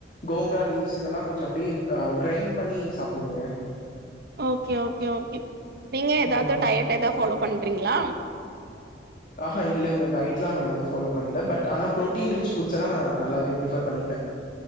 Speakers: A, on the left; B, on the right.
A: கோங்ராலீவ்ஸ் இதெல்லா கொஞ்ச அப்டியே அ கிரைண்ட் பண்ணி சாப்டுவேங்க
B: ஓகே ஓகே ஓகே நீங்க எதாவ்து
A: ம்.
B: டயட் எதா ஃபாலோ பண்றீங்ளா
A: ஆஹா இல்லங்க டய்ட்லா நா எது ஃபாலோ பண்ல பட் ஆனா ப்ரோட்டீன் ரிச் ஃபுட்ஸ்ஸெல்லா நா நல்லாவே பிரிஃபர் பண்ணிப்பே